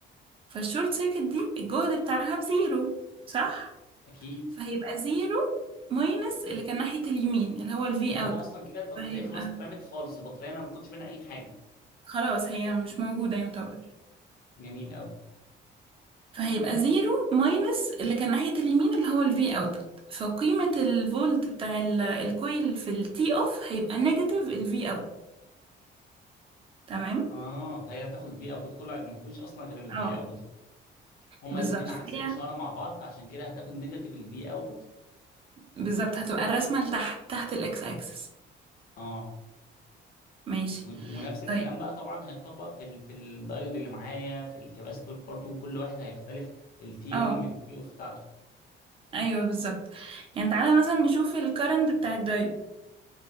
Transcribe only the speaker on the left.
أكيد
اللي
هو أصلا كده البطارية
خلاص اترمت خالص البطارية أنا ما باخدش منها أي حاجة
جميل أوي
اه فهي هتاخد الفي اوتبوت كله ما فيهوش اصلا غير الفي
اوتبوت هما
الاثنين
عكس الاشاره مع بعض فعشان كده هتاخد نيجاتيف الفي اوتبوت
اه
ون- ونفس الكلام
بقى طبعا هيتطبق في ال في الدايود اللي معايا في الكباستور برضو كل واحد هيختلف التي
اون من التي اوف بتاعته